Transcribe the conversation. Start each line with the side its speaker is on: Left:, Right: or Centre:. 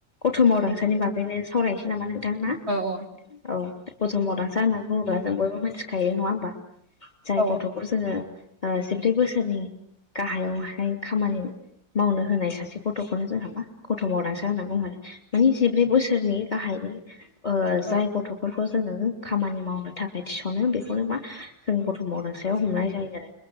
Left: गथ' मावदांसानि बागैनो सावरायनोसै नामा नोंथां ना?
Right: औ औ
Left: औ गथ' मावदांस होनना बुङोब्ला जों बयबो मिथिखायो नङा होमबा? जाय
Right: औ
Left: गथ' जोङो ओ-जिब्रै बोसोरनि गाहायावहाय खामानि मावनो होनाय सासे गथ'खौनो जोंहा मा गथ' मावदांसो होनना बुङो। मानि जिब्रै बोसोरनि गाहायनि ओ-जाय
Right: औ
Left: गथ' बेफोरखौ जोङो खामानि मावनो थाखाय थिस'नो बेखौनो मा जों गथ' मावदांसायाव हमनाय जायो आरो।